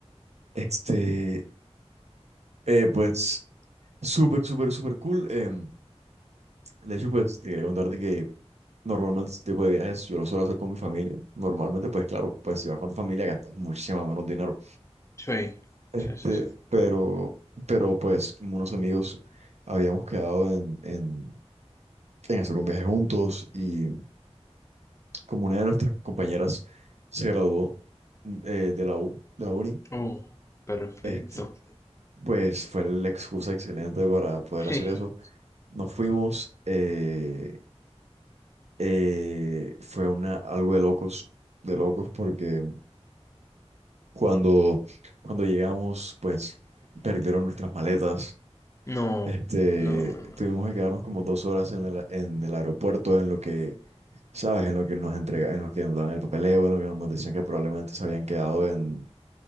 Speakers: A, on the right (about 75°); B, on the left (about 25°).
A: Este, eh, pues, súper, súper, súper cool. Em, de hecho, pues, te quería contarte que normalmente este tipo de viajes yo lo suelo hacer con mi familia. Normalmente, pues, claro, pues, si vas con tu familia gastas muchísimo menos dinero.
B: Sí,
A: Este,
B: sí, sí, sí.
A: pero, pero pues unos amigos habíamos quedado en, en, en hacer un viaje juntos y como una de nuestras compañeras se graduó mm, eh, de la U, de la uni,
B: Uh, perfecto.
A: este, pues fue la excusa excelente para poder
B: Sí.
A: hacer eso. Nos fuimos, eh, eh, fue una, algo de locos, de locos porque cuando, cuando llegamos pues perdieron nuestras maletas
B: No,
A: Este,
B: no, no.
A: tuvimos que quedarnos como dos horas en el, en el aeropuerto, en lo que, ¿sabes? En lo que nos entrega, en lo que nos daban el papeleo, en lo que nos decían que probablemente se habían quedado en,